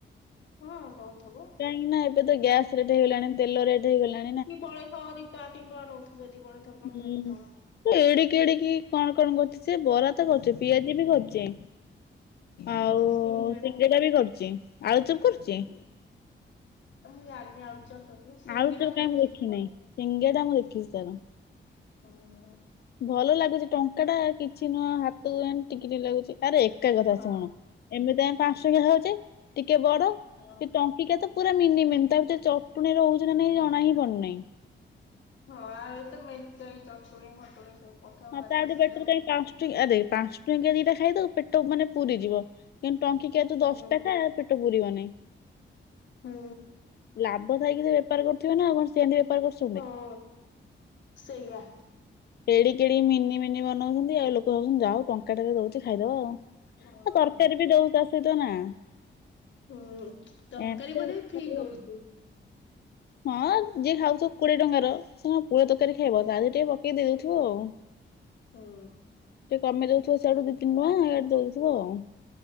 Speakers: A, on the left; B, on the left.
A: ହଁ ନହୁଥିବ।
B: କାଇଁକି ନା ଏବେ ତ ଗ୍ୟାସ ରେଟ ହେଇଗଲାଣି ତେଲ ରେଟ ହେଇଗଲା
A: କି ବଳେଇଥବ ଦି ଟଙ୍କା ତିନି ଟଙ୍କା ନଉଥିବେ ଦି ବଢି ଥିବ ଟଙ୍କା
B: ହୁଁ।
A: ଦି ଟଙ୍କା।
B: ଏଡିକି ଏଡିକି କଣ କଣ କରୁଚି ଯେ ବରା କରୁଚି ପିଆଜି ବି କରୁଚି ଆଉ
A: ସିଙ୍ଗିଡା
B: ସିଙ୍ଗେଡା ବି କରୁଚି। ଆଳୁ ଚପ୍ କରୁଚି?
A: ମୁଁ ଜାଣିନି ଆଳୁଚପ କରଥିବ ସିଙ୍ଗିଡା
B: ଆଳୁଚପ
A: ମୁଁ
B: କାଇଁ
A: ଦେଖିଛି
B: ଦେଖିନାହିଁ
A: କରୁଚି।
B: ସିଙ୍ଗେଡା ମୁଁ ଦେଖିଚି ତାର।
A: ହ। <unintelligible>
B: ଭଲ ଲାଗୁଚି ଟଙ୍କା ଟା କିଛି ନୁହଁ ହାତକୁ ଏମିତି ଟିକିଟେ ଲାଗୁଛି ଆରେ ଏକା କଥା
A: ହଁ
B: ଶୁଣୁ। ଏମିତି ଆମେ ପାଞ୍ଚ ଟଙ୍କିଆ ଖାଉଚେ ଟିକେ ବଡ କି
A: ହଁ
B: ଟ ଙ୍କିଆ ତ ପୁରା ମିନି ମିନି ତା ଭିତରେ ଚଟୁଣୀ ରହୁଛି ନା ନାଇଁ ଜଣା ହିଁ ପଢୁନେଇ।
A: ହଁ ଆ ଏତ ମେଞ୍ଚାଏ ଚଟଣି ଫଟଣି ସବୁ। ପକାଅ
B: ହଁ
A: ବାଦାମ
B: ତା ଠୁ
A: ଫାଦାମ
B: ବେଟର କାଇଁ ପା ଟି ଆ ଦେଖ ପାଞ୍ଚ ଟଙ୍କିଆ ଦିଟା ଖାଇଦବୁ ପେଟ ମାନେ ପୁରି ଯିବ କିନ୍ତୁ ଟଙ୍କିକିଆ ତୁ
A: ହୁଁ
B: ଦଶ ଟା ଖା ପେଟ ପୁରୀବନେଇ।
A: ହୁଁ।
B: ଲାଭ ଥାଇକି ସେ ବେପାର କରୁଥୁବେ ନା ଆଉ କଣ ସେମିତି ବେପାର କରୁଚ
A: ହଁ ସେଇଆ।
B: ଏଡିକି ଏଡିକି ମିନି ମିନି ବନଉଛନ୍ତି ଆଉ ଲୋକ ଭାବୁଛନ୍ତି ଯା ହୋଉ ଟଙ୍କା ଟାରେ ଦଉଛି ଖାଇଦବା ଆଉ।
A: ହଁ।
B: ତରକାରୀ ବି ଦଉ ତା ସହିତ ନା।
A: ହୁଁ ତରକାରୀ
B: ଏମିତି
A: ବୋଧେ ଫ୍ରି ଦଉଚି।
B: ହଁ ଯିଏ ଖାଉଚ କୋଡିଏ ଟଙ୍କାର ସେ କଣ ପୁରା ତରକାରୀ ଖାଇବ ଯାହେଲେ ଟିକେ ପ ଟିକେ ଦେଇଦଉଥିବ ଆଉ ଟିକେ
A: ହୁଁ
B: କମେଇ ଦଉଥିବ ସିଆଡୁ ଦି ତିନି ଟଙ୍କା ଦଉଥିବ ଆଉ।